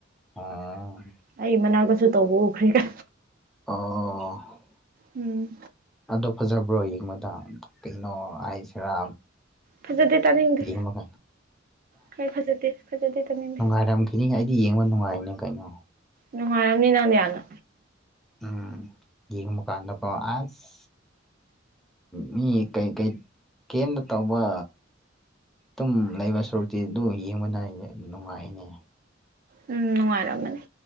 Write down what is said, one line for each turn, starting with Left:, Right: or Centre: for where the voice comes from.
Centre: ꯑꯣ
Right: ꯑꯩ ꯃꯅꯥꯛꯇꯁꯨ ꯇꯧꯕ ꯎꯈ꯭ꯔ‌ꯦ
Centre: ꯑꯣ
Right: ꯎꯝ
Centre: ꯑꯗꯣ ꯐꯖꯕ꯭ꯔꯣ ꯌꯦꯡꯕꯗ ꯀꯩꯅꯣ ꯍꯥꯏꯁꯦꯔꯥ
Right: ꯐꯖꯗꯦ ꯇꯥꯅꯤꯡꯗꯦ
Centre: ꯌꯦꯡꯕ <unintelligible>
Right: ꯈꯔ ꯐꯖꯗꯦ ꯐꯖꯗꯦ ꯇꯥꯅꯤꯡꯗꯦ
Centre: ꯅꯨꯡꯉꯥꯏꯔꯝ ꯐꯤꯂꯤꯡ ꯑꯩꯗꯤ ꯌꯦꯡꯕ ꯅꯨꯡꯉꯥꯏꯅꯦ ꯀꯩꯅꯣ
Right: ꯅꯨꯡꯉꯥꯏꯔꯝꯅꯤ ꯅꯪꯗꯤ ꯌꯥꯝꯅ
Centre: ꯎꯝ ꯌꯦꯡꯕꯀꯥꯟꯗꯀꯣ ꯑꯁ ꯃꯤ ꯀꯩ ꯀꯩ ꯀꯦꯝꯇ ꯇꯧꯕ ꯑꯗꯨꯝ ꯂꯩꯕ ꯁꯔꯨꯛꯇꯤ ꯑꯗꯨ ꯌꯦꯡꯕꯅ ꯅꯨꯡꯉꯥꯏꯅꯦ
Right: ꯎꯝ ꯅꯨꯡꯉꯥꯏꯔꯝ ꯃꯥꯅꯤ